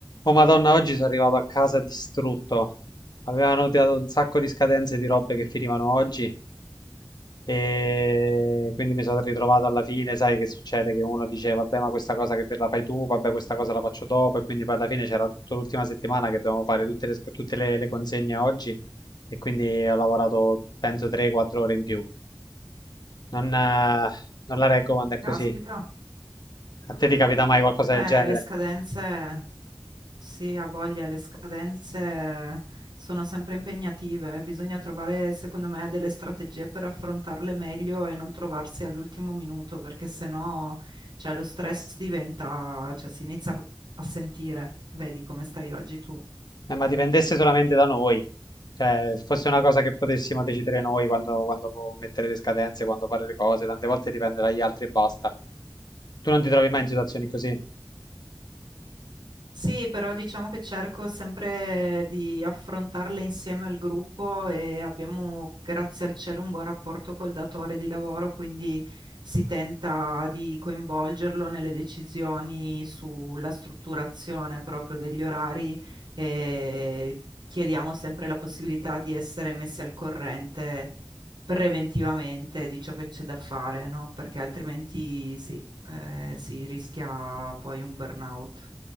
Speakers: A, on the left; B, on the right.
A: Oh Madonna, oggi sono arrivato a casa distrutto. Avevano tirato un sacco di scadenze di robe che finivano oggi e quindi mi sono ritrovato alla fine, sai che succede? Che uno dice vabbè ma questa cosa che la fai tu, vabbè questa cosa la faccio dopo e quindi poi alla fine c'era tutta l'ultima settimana che dovevamo fare tutte le, sc- tutte le- le consegne oggi e quindi ho lavorato penso 3-4 ore in più. Non, eh, non la reggo quando è
B: Caspita,
A: così. A te ti capita mai qualcosa
B: eh,
A: del genere?
B: le scadenze, sì, ha voglia, le scadenze sono sempre impegnative, eh. bisogna trovare, secondo me, delle strategie per affrontarle meglio e non trovarsi all'ultimo minuto, perché sennò, cioè, lo stress diventa, cioè, si inizia a sentire, vedi come stai oggi tu.
A: Eh, ma dipendesse solamente da noi, cioè se fosse una cosa che potessimo decidere noi quando, quando mettere le scadenze, quando fare le cose, tante volte dipende dagli altri e basta. Tu non ti trovi mai in situazioni così.
B: Sì, però diciamo che cerco sempre di affrontarle insieme al gruppo e abbiamo, grazie al cielo, un buon rapporto col datore di lavoro, quindi si tenta di coinvolgerlo nelle decisioni sulla strutturazione proprio degli orari e chiediamo sempre la possibilità di essere messi al corrente preventivamente di ciò che c'è da fare, no? Perché altrimenti sì, eh, si rischia poi un burnout.